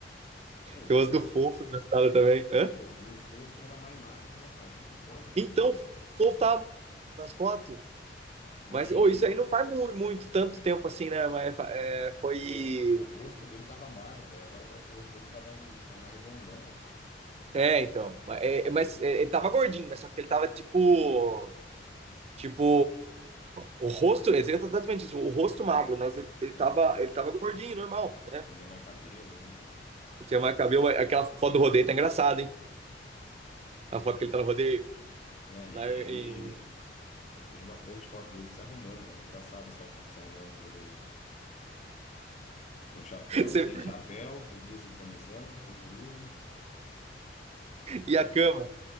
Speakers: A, on the left; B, on the right.
A: Não, e
B: Tem
A: tem
B: umas
A: umas.
B: do Fofo, engraçado também. Hã?
A: Pô, e o fofo era mais magro, né, cara? Como que pode, cara?
B: Então, o povo tava nas fotos.
A: E
B: Mas, ô, isso aí não faz muito, muito tanto tempo assim, né? Mas é, foi.
A: o, o rosto dele tava magro, velho. Agora parece que o rosto dele tá mais, tá mais redondão, velho.
B: É, então. Mas, é, é, mas, é, ele tava gordinho, mas só que ele tava tipo. Tipo. O rosto. Ele exatamente isso, o rosto magro, mas ele, ele,
A: É.
B: tava, ele tava gordinho, normal, né?
A: Tinha mais cabelo, né?
B: Ele tinha mais cabelo. Aquela foto do rodeio tá engraçada, hein? A foto que
A: <clears throat>
B: ele tá no rodeio.
A: Né?
B: Lá
A: E
B: em...
A: ele. Eu tenho bastante foto dele se arrumando, velho. Engraçado as fotos dele se arrumando pra poder. Com chapéu,
B: <laughs>
A: sem chapéu, com blusa de camisão, sem blusa.
B: e a cama.